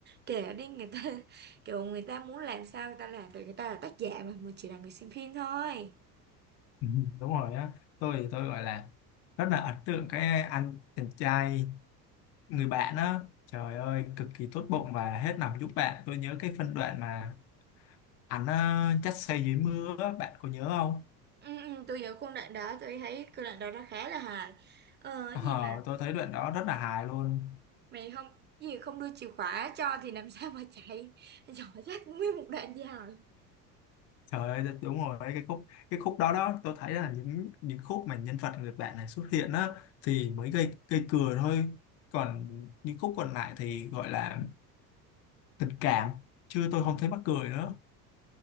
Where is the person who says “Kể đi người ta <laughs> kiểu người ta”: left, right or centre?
Right